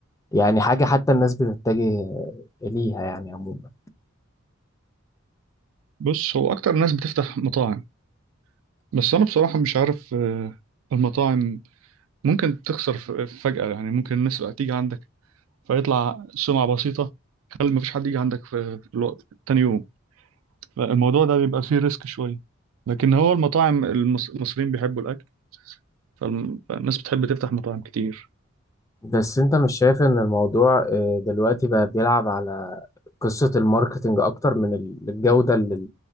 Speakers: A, on the left (about 15°); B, on the right (about 75°).
A: يعني حاجة حتى الناس بتتجه ليها يعني عموما
B: بص هو اكتر ناس بتفتح مطاعم بس انا بصراحة مش عارف آه، المطاعم ممكن تخسر ف- فجأة يعني ممكن الناس بقى تيجي عندك فيطلع سمعة بسيطة خلي مفيش حد يجي عندك في في الوقت تاني يوم الموضوع ده بيبقى فيه ريسك شوية لكن هو المطاعم المص- المصريين بيحبوا الأكل فالم- فالناس بتحب تفتح مطاعم كتير
A: بس انت مش شايف ان الموضوع آه، دلوقتي بقى بيلعب على قصة الماركتينج اكتر من ال- الجودة اللي